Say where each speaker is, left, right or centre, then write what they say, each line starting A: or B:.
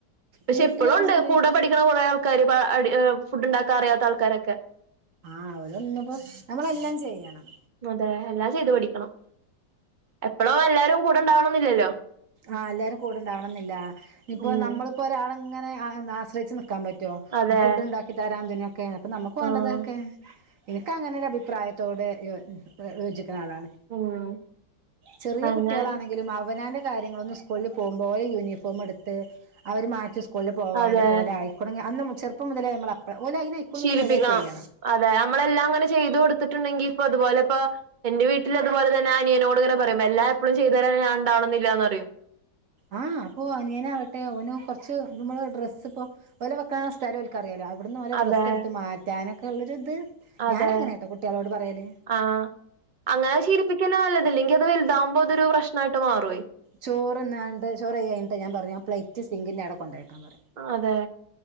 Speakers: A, on the right (about 35°); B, on the right (about 55°).
A: പക്ഷെ
B: വീട്ടിലാണെന്നുണ്ടെങ്കി
A: ഇപ്പളുംണ്ട് കൂടെ പഠിക്ക ക്ക്ണ കൊറേ ആൾക്കാര് ഫുഡ് ഇണ്ടാക്കാൻ അറിയാത്ത ആൾക്കാരൊക്കെ,
B: ആഹ് ഓലന്ന്പ്പോ നമ്മളെല്ലാം ചെയ്യണം.
A: അതെ എല്ലാം ചെയ്തു പഠിക്കണം എപ്പളും എല്ലാരും കൂടെണ്ടാവണംന്നില്ലല്ലോ.
B: ആഹ് എല്ലാരും കൂടെണ്ടാവണംന്നില്ല ഇപ്പോ
A: ഉം
B: ന്നമ്മള്പ്പോ ഒരാളങ്ങനെ ആഹ് ന്താ ആശ്രയിച്ച് ന്ന്ക്കാം പ റ്റോ
A: അതെ
B: ഫുഡ് ണ്ടാക്കി തരാന്തിനൊക്കെ അപ്പൊ ന്നമ്മക്ക് വാണ്ടതൊക്കെ
A: ആഹ്
B: ഇനിക്ക് അങ്ങനെ ഒരഅഭിപ്രായത്തോടെ യോ യോജിക്ക്ണ ആളാണ്.
A: ഉം
B: ചെറിയേ
A: അങ്ങനെ
B: കുട്ട്യാളാണെങ്കിലും അവനാന്റെ കാര്യങ്ങളൊന്നും സ്കൂൾല് പോവുംമ്പോ ഓലെ യൂണിഫോമട്ത്ത് അവര് മാറ്റി സ്കൂൾല് പോവാന്
A: അതെ
B: ഓലെ ആയ് തൊടങ്ങി അന്ന് മു ചെർപ്പ മുതലെ മ്മള അപ്പ ഓലയ്നയ്ക്ക്ണുന്നുണ്ടെങ്കി
A: ശീലിപ്പിക്കണം
B: ഓലത് ‌ ചെയ്യണം.
A: അതെ അമ്മളെല്ലാം അങ്ങനെ ചെയ്ത് കൊടുത്ത്ട്ട്ണ്ടെങ്കി ഇപ്പൊ ഇത്പോലെ പ്പൊ എന്റെ വീട്ടില് അത്പോലെ തന്നെ അനിയനോട്ങ്ങനെ പറയും എല്ലാ എപ്പളും ചെയ്തരാ ഞാണ്ടാവണന്നില്ലാന്ന്റയും.
B: ആഹ് അപ്പൊ അനിയനാവട്ടെ ഓനും കൊർച്ച് ന്നമ്മള് ഡ്രസ്സ്പ്പോ ഓലെ വെക്കാ സ്ഥലോൽ ക്കറിയാലോ അവ്ട്ന്ന് ഓലെ
A: അതെ
B: ഡ്രസ്സ് എടുത്ത് മാറ്റാനൊക്കള്ളൊരുത്
A: അതെ
B: ഞാന അങ്ങനേട്ടോ കുട്ട്യാളോട് പറയല്.
A: ആഹ് അങ്ങനെ ശീലിപ്പിക്കന്നേ നല്ലത് ഇല്ലെങ്കി അത് വൽതാവുമ്പോ അതൊരു പ്രശ് നായിട്ട് മാറും.
B: ചോറ്ന്ന്ങ്ങാണ്ട് ചോറ് വെയി കയ്ഞ്ട്ട് ഞാം പർഞ്ഞു ആ പ്ലേറ്റ് സിംഗിന്റെ അവടേ കൊണ്ടോയെക്കാം പറയാ.
A: അതെ.